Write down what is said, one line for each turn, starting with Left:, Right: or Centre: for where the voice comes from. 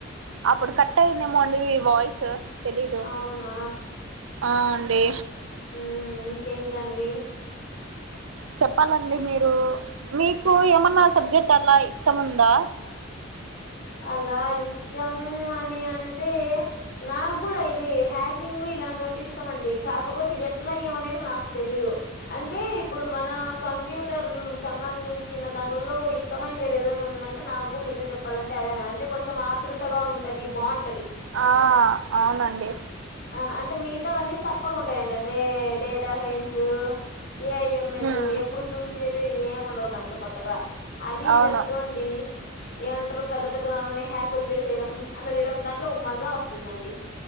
Right: అప్పుడు కట్ అయిందేమో అండి వాయిస్ తెలీదు
Left: అవునా
Right: ఆ అండి
Left: ఉమ్ ఇంకేంటండి
Right: చెప్పాలండి మీరు మీకు ఏమన్నా సబ్జెక్ట్ అట్లా ఇష్టం ఉందా
Left: అలా ఇస్టము అని అంటే నాగూడా ఇది హ్యాకింగ్ ఇలాంటివంటే ఇష్టం అండి కాకపోతే ఎట్లా ఏం అనేది నాకు తెలీదు అంటే ఇప్పుడు మన కంప్యూటర్ సంబంధించిన దానిలో ఇష్ ష్టమైంది ఏదేదైనా ఉందంటే నాకు కూడా నిజం చెప్పాలంటే అదే అంటే కొంచెం ఆతృతగా ఉంటది బావుం
Right: ఆ అవునండి
Left: ఆ అంటే మిగతా వన్నీ సప్పగుంటాయంండి అంటే డేటా సైన్సు ఏఐఎంఎల్
Right: ఉమ్
Left: ఎప్పుడు చూసిండేటు ఏం ఉండవు దాంట్లో కొత్తగా అదే ఇది
Right: అవును
Left: అనుకోండి ఏమంటరు పెద్ద పెద్ద <unintelligible> హ్యాకులు చేసేయడం అట్లా చేయడం దాంట్లో ఒక మజా వస్తుందండి